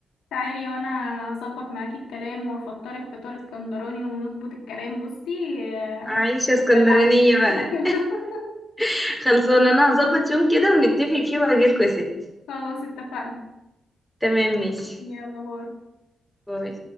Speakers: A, on the left; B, in the centre.
A: تعالي وانا اظبط معاكي الكلام وافطرك فطار اسكندراني ونظبط الكلام بصي آه،
B: عايشه اسكندرانيه
A: دلعك
B: بقى
A: <laughs>
B: <laughs> خلصانه انا هظبط يوم كده ونتفق فيه واجيلكوا يا ستي
A: خلاص اتفقنا
B: تمام ماشي
A: يلا باي
B: باي